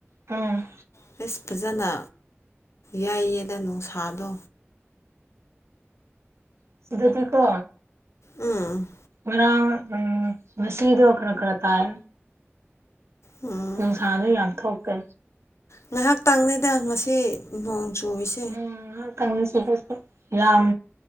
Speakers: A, on the right (about 75°); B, on the left (about 80°).
A: ꯎꯝ
B: ꯐꯤꯁ ꯐꯖꯅ ꯌꯥꯏꯌꯦꯗ ꯅꯨꯡꯁꯥꯗꯣ
A: ꯁꯤꯗꯗꯤ ꯀꯣ
B: ꯎꯝ
A: ꯉꯔꯥꯡ ꯎꯝ ꯉꯁꯤꯗꯣ ꯈꯔ ꯈꯔ ꯇꯥꯏ
B: ꯎꯝ
A: ꯅꯨꯡꯁꯥꯗꯣ ꯌꯥꯝ ꯊꯣꯛꯇꯦ
B: ꯉꯥꯏꯍꯥꯛꯇꯪꯅꯤꯗ ꯉꯁꯤ ꯅꯣꯡ ꯆꯨꯔꯤꯁꯤ
A: ꯎꯝ ꯉꯍꯥꯛꯇꯪꯅꯤ ꯆꯨꯈꯠꯄ ꯌꯥꯝ